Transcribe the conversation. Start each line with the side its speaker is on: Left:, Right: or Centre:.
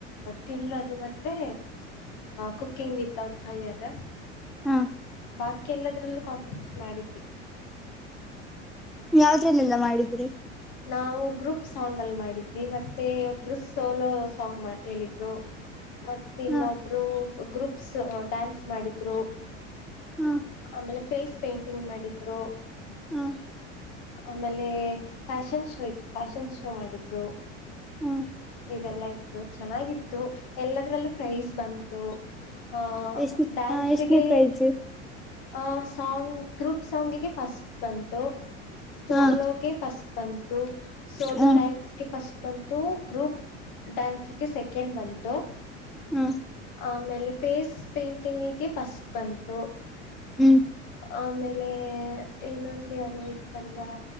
Left: ತಿನ್ನೋದು ಮತ್ ಮತ್ತೆ ಕುಕಿಂಗ್ ವಿತಟ್ ಫಯರ್
Centre: ಹಾ
Left: ಬಾತ್ ಕೆಲ್ಲದ್ರಲ್ಲೂ ಕಾಂಪಿಟೀಟ್ ಮಾಡಿದ್ವಿ
Centre: ಯಾವ್ದ್ರಲ್ಲೆಲ್ಲಾ ಮಾಡಿದ್ರಿ
Left: ನಾವು ಗ್ರೂಪ್ ಸಾಂಗ್ ಅಲ್ಲಿ ಮಾಡಿದ್ವಿ ಮತ್ತೆ ಒಬ್ರು ಸೋಲೋ ಸಾಂಗ್ ಹೇಳಿದ್ರು
Centre: <inaudible>
Left: ಮತ್ತೆ ಇನ್ನೊಬ್ರು
Centre: ಹಾ
Left: ಗ್ರೂಪ್ಸ್ ಡ್ಯಾನ್ಸ್ ಮಾಡಿದ್ರು
Centre: ಹಾ
Left: ಆಮೇಲೆ ಫೇಸ್ ಪೇಂಟಿಂಗ್ ಮಾಡಿದ್ರು
Centre: ಹ್ಮ್
Left: ಆಮೇಲೆ ಫ್ಯಾಶನ್ ಶೋ ಇತ್ತು ಫ್ಯಾಶನ್ ಶೋ ಮಾಡಿದ್ರು
Centre: ಹಾ
Left: ಇದೆಲ್ಲ ಇತ್ತು ಚೆನ್ನಾಗಿತ್ತು ಎಲ್ಲದ್ರಲ್ಲೂ ಫ್ರೈಸ್ ಬಂತು ಅಂ
Centre: ಎಷ್ಟ
Left: ಡ್ಯಾನ್ಸಗೆ
Centre: ಎಷ್ಟನೇ ಪ್ರೈಜ್
Left: ಅ ಸಾಂಗ್ ಗ್ರೂಪ್ ಸಾಂಗಿಗೆ ಫಸ್ಟ್ ಬಂತು ಸೋಲೋಗೆ
Centre: ಹಾ
Left: ಫಸ್ಟ್ ಬಂತು ಸೋಲೋ
Centre: ಹಾ
Left: ಡ್ಯಾನ್ಸ್ಗೆ ಫಸ್ಟ್ ಬಂತು ಗ್ರೂಪ್ ಡಾನ್ಸ್ಗೆ ಸೆಕೆಂಡ್ ಬಂತು
Centre: ಹಾ
Left: ಆಮೇಲೆ ಫೇಸ್ ಪೇಂಟಿಂಗಿಗೆ ಫಸ್ಟ್ ಬಂತು
Centre: ಹ್ಮ್.
Left: ಆಮೇಲೆ ಇನ್ನೊಂದ ಯಾವ್ದೊ ಇತ್ತಲ್ವಾ